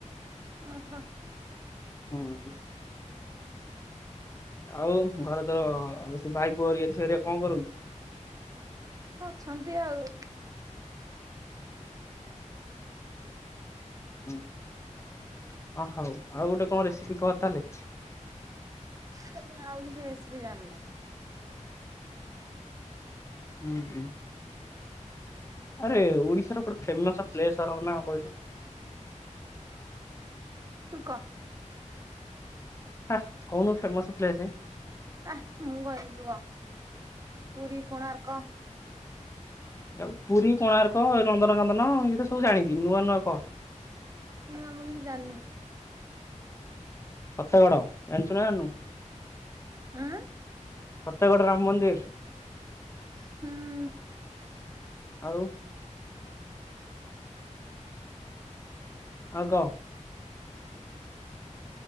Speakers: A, on the right (about 25°); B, on the left (about 20°).
A: ଓ ହୋ।
B: ଉଁ ହୁଁ। ଆଉ ଘରେ ତୋର ଭାଇ ପୁଅ ହେରିକା ଝିଅ ହେରିକା କଣ କରନ୍ତି?
A: ଅଛନ୍ତି ଆଉ।
B: ହଁ ହଉ ଆଉ ଗୋଟେ କଣ ରେସିପି କହ ତାହେଲେ?
A: ତ ମୁଁ ଆଉ କିଛି ରେସିପି ଜାଣିନେହିଁ।
B: ଉଁ ହୁଁ। ଆରେ ଓଡିଶାର ଗୋଟେ ଫେମସ୍ ପ୍ଲେସର ନା କହିଲୁ?
A: ତୁ କ?
B: ହା କହୁନୁ ଫେମସ୍ ପ୍ଲେସେ।
A: ଆ ମୁଁ କହିମିନି ତୁ କ ପୁରୀ କୋଣାର୍କ।
B: ଆଉ ପୁରୀ କୋଣାର୍କ ନନ୍ଦନ କାନନ ଇଏତ ସବୁ ଜାଣିଚି ନୂଆ ନୂଆ କହ।
A: ନୂଆ ମୁଁ କିଛି ଜାଣିନେହିଁ।
B: ପଛଗଡ଼ ଜାଣିଚୁ ନା ଜାଣିନୁ?
A: ହୁଁ।
B: ପତେଗଡ଼ ରାମ ମନ୍ଦିରି।
A: ହୁଁ।
B: ଆଉ। ଆଉ କ।